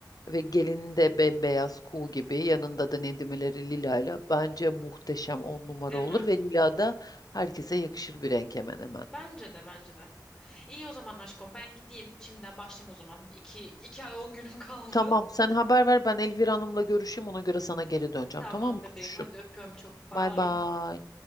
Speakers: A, on the left (about 55°); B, on the left (about 20°).
A: ve gelinin de bembeyaz kuğu gibi yanında da Nedimeleri lilayla bence muhteşem on numara
B: Değil
A: olur
B: mi?
A: ve lila da herkese yakışır bir renk hemen hemen.
B: Bence de bence de. İyi o zaman aşkım ben gideyim. Şimdiden başlayayım o zaman. İki, iki ay on günüm <laughs> kaldı.
A: Tamam sen haber ver ben Elvira Hanım'la görüşeyim ona göre sana geri döneceğim
B: Tamam
A: tamam mı
B: bebeğim
A: kuzuşum?
B: hadi öpüyorum çok. Bye.
A: Bay bay.